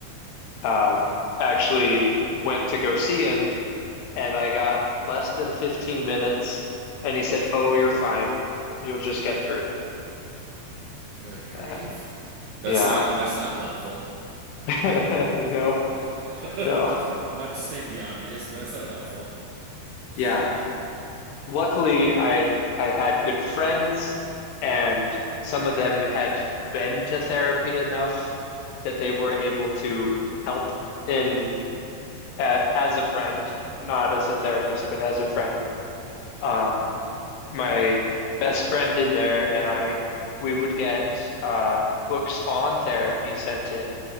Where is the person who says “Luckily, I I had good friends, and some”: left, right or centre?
Left